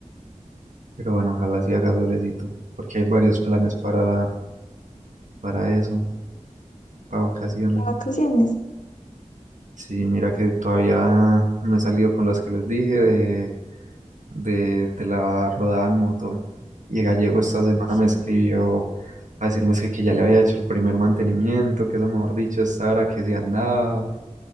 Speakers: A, on the right (about 85°); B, on the left (about 85°).
A: Pero bueno, ojalá sí haga solecito, porque hay varios planes para, para eso. para vacaciones.
B: Las vacaciones.
A: Sí, mira que todavía no he salido con los que les dije de, de, de la rodada en moto. Y Gallego esta
B: Ah,
A: semana
B: pues
A: me
B: sí,
A: escribió a decirme es que, que ya le había hecho el primer mantenimiento, que eso mejor dicho, esta hora que se andaba.